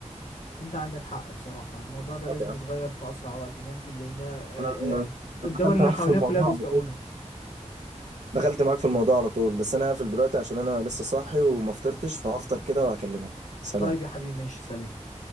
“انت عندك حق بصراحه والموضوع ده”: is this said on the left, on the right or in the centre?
Left